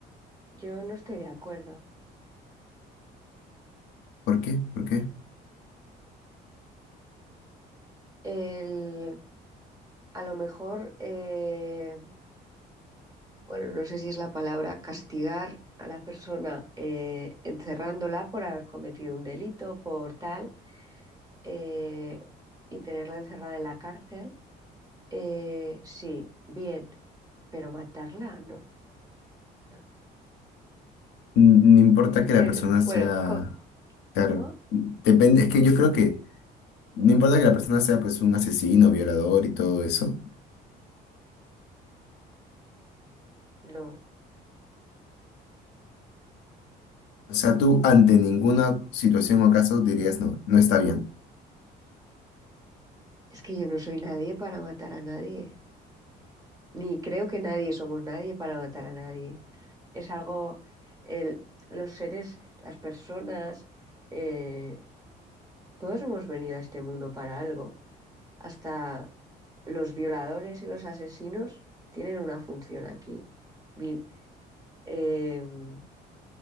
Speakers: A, on the right; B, on the left.
A: yo no estoy de acuerdo.
B: ¿Por qué? ¿Por qué?
A: El, a lo mejor, eh, bueno, no sé si es la palabra, castigar a la persona eh, encerrándola por haber cometido un delito, por tal, eh, y tenerla encerrada en la cárcel, eh, sí, bien, pero matarla, no, no.
B: N- No importa
A: Es
B: que
A: que,
B: la
A: n-
B: persona sea,
A: bueno, co-
B: claro,
A: ¿cómo?
B: depende, es que yo creo que no importa que la persona sea pues un asesino, violador y todo eso.
A: No,
B: O sea, tú ante ninguna situación o caso dirías no, no está bien.
A: es que yo no soy nadie para matar a nadie, ni creo que nadie somos nadie para matar a nadie. Es algo, el- los seres, las personas, eh, todos hemos venido a este mundo para algo. Hasta los violadores y los asesinos tienen una función aquí. Vi- em,